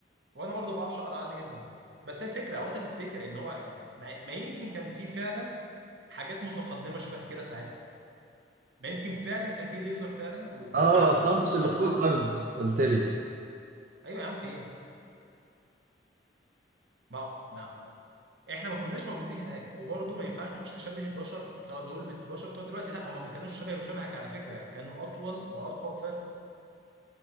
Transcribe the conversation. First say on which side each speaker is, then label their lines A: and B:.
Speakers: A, on the right (about 70°); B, on the right (about 45°).
A: وانا برضو بعرفش اقرا عادي جدا بس الفكره هو انت تفتكر ان هو يعني ما ما يمكن كان في فعلا حاجات متقدمه شبه كده ساعتها ما يمكن فعلا كان في ليزر فعلا و-
B: اه
A: والمعلومات
B: اطلانتس
A: دي
B: اللي
A: كلها
B: فوق
A: ضاعت
B: الارض قلت لي
A: ايوه يا عم في ايه ما ما احنا ما كناش موجودين هناك وبرضه ما ينفعش تشبه البشر بتوع دول بالبشر بتوع دلوقتي لا هم ما كانوش شبه وشبهك على فكره كانوا اطول واقوى بفرق